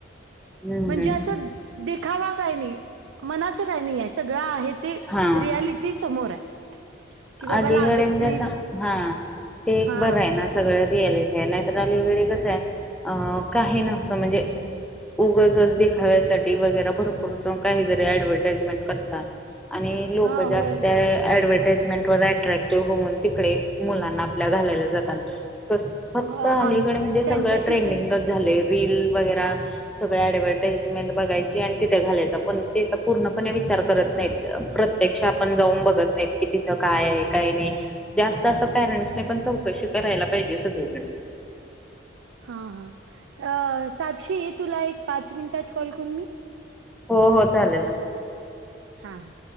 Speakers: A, in the centre; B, on the right.
A: हम्म
B: म्हणजे
A: हम्म
B: असं देखावा काय नाही मनाचं काही नाही आहे सगळं आहे ते
A: हा
B: रियालिटी समोर आहे कि बाबा
A: अलीकडे
B: लागत
A: म्हणजे
B: नाही
A: असं हा ते एक
B: हा
A: बरं रा आहेणार सगळ रियालिटी आहे नाहीतर अलीकडे कसं आहे अ काही नसं म्हणजे उगजच देखाव्यासाठी वगैरे भरपूर काहीतरी ऍडव्हर्टाईजमेंट करतात आणि लोक
B: हा होय
A: जास्त ऍडवटाइज अ्रॅक्टिव्ह होऊन तिकडे मुलांना आपल्या घाला जातात फक्त
B: आम
A: अलीकडे म्हणजे
B: त्यांच्या
A: सगळं ट्रेंडिंग
B: तिथे
A: झाले रील वगैर सगळ ऍडव्हटाइजमेंट बघायची आणि तिथे घालायचा पण त्याचा पूर्णपणे विचार करत नाहीत प्रत्य पेक्षा आपण जाऊन बघत नाहीत की तिथं काय काय नाही जास्त असं पॅरेंट्स पण चौकशी करायला पाहिजे सगळीकडे..
B: हां हा साक्षी तुला एक पाच मिनिटात कॉल करू मी.
A: हो हो चालेल.
B: हा ह.